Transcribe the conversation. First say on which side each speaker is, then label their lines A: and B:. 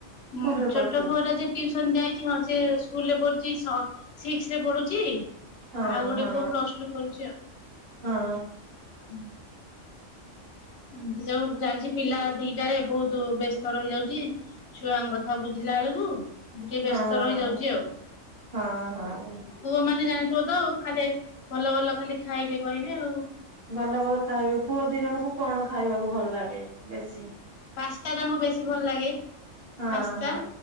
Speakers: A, on the right; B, on the left.
A: ସ୍କୁଲରେ
B: ହୁଁ ଛୋଟ
A: ପଢୁଛନ୍ତି
B: ପୁଅ ଟା ଯେ ଟୁସନ ଯାଇଛି ହଁ ସେ ସ୍କୁଲ ରେ ପଢୁଛି ସ ସିକ୍ସି ରେ ପଢୁଛି।
A: ହଁ
B: ଆଉ ଗୋଟେ
A: ହଁ
B: ପୁଅ ପ୍ଲସ ଟୁ କରୁଛି ଆଉ ହୁଁ।
A: ହଁ
B: ଇମିତି ସବୁ ଚାଲିଛିି। ପିଲା ଦିଟାରେ ବହୁତ ବ୍ୟସ୍ତ ରହିଯାଉଛି ଛୁଆଙ୍କ କଥା ବୁଝିଲା ବେଳକୁ। ଟିକେ ବ୍ୟସ୍ତ
A: ହଁ।
B: ରହିଯାଉଛି ଆଉ।
A: ହଁ ହଁ
B: ପୁଅ ମାନେ ଜାଣିଥିବ ତ ଆଉ ଖାଲି ଭଲ ଭଲ ଖାଲି ଖାଇବେ କହିବେ ଆଉ।
A: ଭଲ ଭଲ ଖାଇବେ ପୁଅ ଦି ଜଣଙ୍କୁ କଣ ଖାଇବାକୁ ଭଲ ଲାଗେ ବେଶୀ?
B: ପାସ୍ତା ତାଙ୍କୁ ବେଶୀ ଭଲ ଲାଗେ
A: ହଁ
B: ପାସ୍ତା।
A: ହଁ